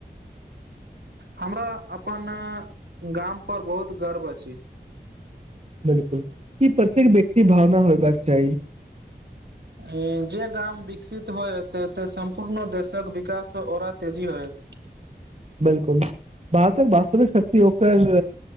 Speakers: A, on the right; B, on the right.
A: हमरा अपन गाम पर बहुत गर्व अछि।
B: बिल्कुल ई प्रत्येक व्यक्ति भावना होयबाक चाही। <inaudible>
A: ऐं जे गाम विकसित होयत ते सम्पूर्ण देशक विकास ओरा तेजी होयत।
B: बिल्कुल भारतक वास्तविक शक्ति ओकर